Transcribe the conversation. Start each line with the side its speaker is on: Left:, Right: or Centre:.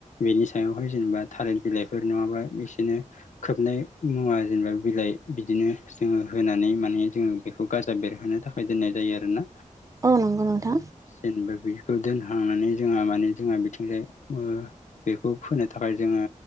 Left: इ सायावहाय जेनेबा थालिर बिलाइफोर नङाबा बिसोरनो खोबनाय मुवा जेनेबा बिलाइ बिदि बिदिनो जोङो होनानै माने जोङो बेखौ गाजा बेरहोनो थाखाय दोननाय जायो आरोना।
Right: औ नंगौ नोंथां
Left: जेनेबा बेखौ दोनहांनानै जोंहा माने जोंहा बिथिंजाय बेखौ फोनो थाखाय जोङो